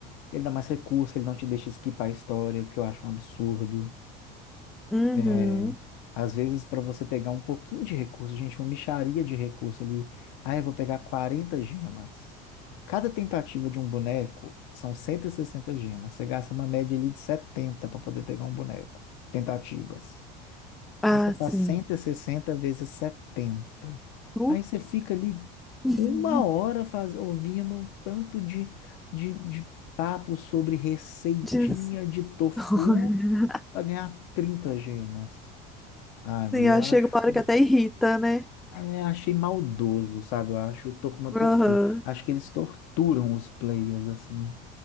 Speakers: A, on the left; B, in the centre.
A: Ele dá mais recurso, ele não te deixa skipar a história, o que eu acho um absurdo.
B: Uhum.
A: É, às vezes, para você pegar um pouquinho de recurso, gente, uma mixaria de recurso ali. Ah, eu vou pegar 40 gemas. Cada tentativa de um boneco são 160 gemas. Você gasta uma média ali de 70 para poder pegar um boneco. Tentativas.
B: Ah,
A: Aí você faz
B: sim.
A: cento e sessenta vezes setenta
B: Nu?
A: Aí você fica ali
B: <laughs>
A: uma hora faz, ouvindo um tanto de, de, de papo sobre receitinha
B: De
A: de tofu
B: história.
A: para ganhar 30 gemas, sabe?
B: Sim,
A: Eu
B: ó,
A: acho.
B: chega uma hora que até irrita, né?
A: é, achei maldoso, sabe? Eu acho tor- uma tortura.
B: Aham.
A: Acho que eles torturam os players assim.